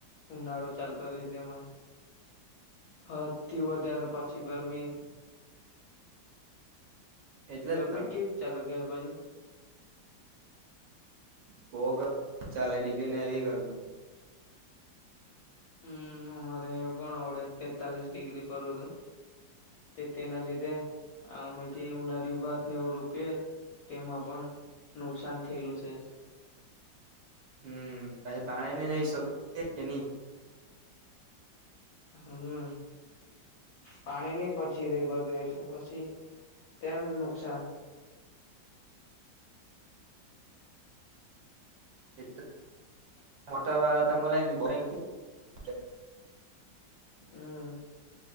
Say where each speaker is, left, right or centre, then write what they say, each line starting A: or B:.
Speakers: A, on the left; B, on the right.
A: ઉનાળો ચાલતો હોય તેમાં, હદ થી વધારે પાછી ગરમી...
B: એટલે
A: ગરમી
B: જ તો
A: કેવીક ચાલે ઘેર બાજુ.
B: બો ગ ચાલે ડીગ્રી ને એવી ગરમી.
A: હમ અમારે અહીયા પણ અવડે તેતાલીસ ડિગ્રી પરું હતું, તે તેના લીધે આ અમે જે ઉનાળિયુ ભાત ને એવું રોપીયે, તેમાં પણ નુકસાન થેયલું છે.
B: હમ પછી પાણી ની રેઈ શ કે કે ની.
A: હમ પાણીની પછી રેય બધે પછી તેમ નુકસાન.
B: એ મોટર વાળા તો મલે ની બોરિંગ <unintelligible>
A: હમ